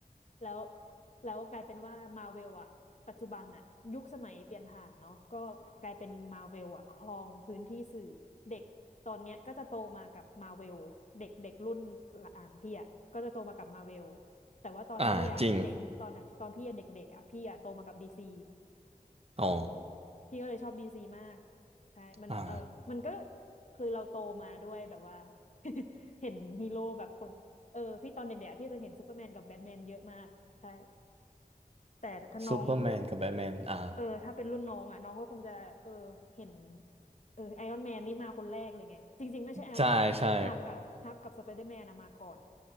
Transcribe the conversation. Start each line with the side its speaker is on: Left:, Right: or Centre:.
Left: แล้วแล้วกลายเป็นว่ามาเวลอ่ะปัจจุบันอ่ะยุคสมัยเปลี่ยนผ่านเนาะก็กลายเป็นมาเวลอ่ะครองพื้นที่สื่อเด็กตอนเนี้ยก็จะโตมากับมาเวลเด็กเด็กรุ่นหลังพี่อ่ะก็จะโตมากับมาเวล แต่ว่าตอนพี่อะเด็กตอนอะตอนพี่อะเด็กๆอะพี่อะโตมากับดีซี
Right: อ่าจริง อ๋อ
Left: พี่ก็เลยชอบดีซีมากใช่มันเออมันก็
Right: อ่า
Left: คือเราโตมาด้วยแบบว่า <laughs> เห็นฮีโร่แบบคนเออพี่ตอนเด็กๆอะพี่จะเห็นซูเปอร์แมนกับแบทแมนเยอะมากใช่แต่ถ้าน้อง
Right: ซูเปอร์แมนกับแบทแมนอ่า
Left: เออถ้าเป็นรุ่นน้องอะน้องก็คงจะเออเห็นเออไอรอนแมนนี่มาคนแรกเลยไงจริงๆไม่ใช่ไอรอนแมนนะฮักอะฮักกับสไปเดอร์แมนอะมาก่อน
Right: ใช่ ใช่